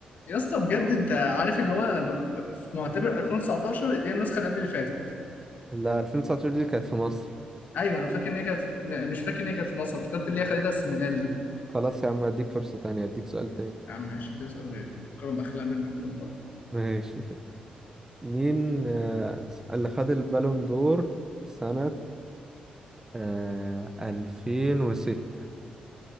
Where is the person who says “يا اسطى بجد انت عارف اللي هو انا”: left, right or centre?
Left